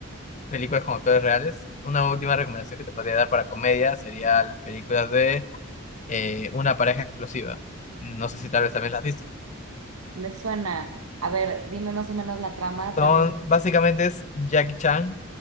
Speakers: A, on the left (about 35°); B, on the right (about 75°).
A: películas con actores reales, una última recomendación que te podría dar para comedia sería las películas de eh, Una pareja explosiva. No sé si tal vez también las viste.
B: me suena. A ver, dime más o menos la trama,
A: Son,
B: tal vez
A: básicamente es Jackie Chan